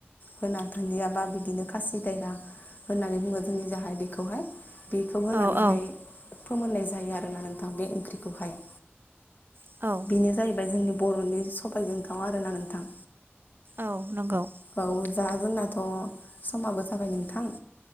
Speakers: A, on the left; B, on the right.
A: होना थोनदियाबा बिदिनो खासि दाया होननानै बुङो जोंनि जाहाय बेखौहाय बेखौ होनानैहाय
B: औ औ
A: फोमोननाय जायो आरोना नोंथां बे ओंख्रिखौहाय
B: औ
A: बेनो जाहैबाय जोंनि बर'नि सबायजोंथाव आरोना नोंथां
B: औ नंगौ
A: औ जा जोंनाथ' समाबो जाबाय नोंथां